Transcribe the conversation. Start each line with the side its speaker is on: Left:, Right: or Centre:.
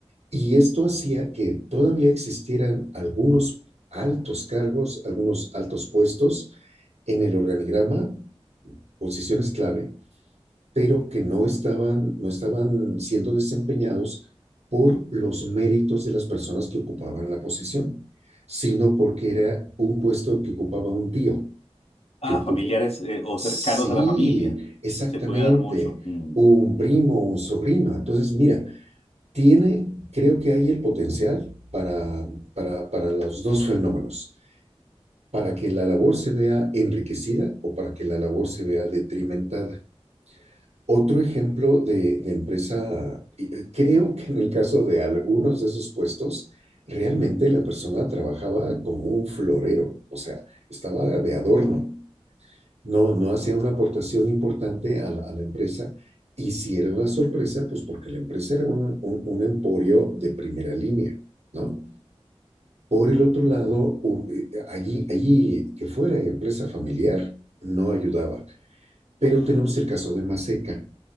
Right: y esto hacía que todavía existieran algunos altos cargos, algunos altos puestos en el organigrama, posiciones clave, pero que no estaban, no estaban siendo desempeñados por los méritos de las personas que ocupaban la posición, sino porque era un puesto que ocupaba un tío,
Left: Ah,
Right: que ocupa-
Left: familiares eh, o
Right: Sí,
Left: cercanos a la familia.
Right: exactamente.
Left: Se puede dar mucho. Mm,
Right: Un primo, un sobrino. Entonces, mira, tiene, creo que hay el potencial para, para, para los dos fenómenos, para que la labor se vea enriquecida o para que la labor se vea detrimentada. Otro ejemplo de, de empresa, eh, creo que en el caso de algunos de esos puestos, realmente la persona trabajaba como un florero, o sea, estaba de adorno no, no hacía una aportación importante a la, a la, empresa. Y si era una sorpresa, pues porque la empresa era un, un, un emporio de primera línea, ¿no? Por el otro lado, allí, allí que fuera empresa familiar, no ayudaba. Pero tenemos el caso de Maseca.